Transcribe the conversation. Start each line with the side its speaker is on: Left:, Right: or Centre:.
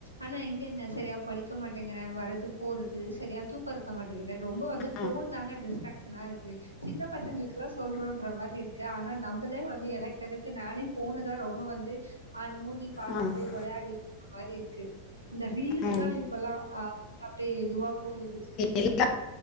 Right: ஆனா எங்கங்க சரியா படிக்க மாட்டேங்குற வறது போறது சரியா தூக்க இருக்க மாட்டகுது ரொம்ப வந்து ஃபோன்
Left: ஆ
Right: தாங்க டிஸ்ட்ராக்சனாருக்கு சின்ன பசங்கள்க்கு க்லா சொல்றோன்ற மாரி இருக்கு ஆனா நம்பளே வந்து எனக் தெருஞ்சு நானே ஃபோனு தா ரொம்ப வந்து ஆ நோண்டி பாத்துட்டு
Left: ஆ
Right: வெளையாடிட் ருக்ற மாரி இருக்கு அந்த ரீல்ஸுதா
Left: ம்
Right: இப்பல்லா ஆ <inaudible> அப்டே இதுவா போகுது
Left: இல்ல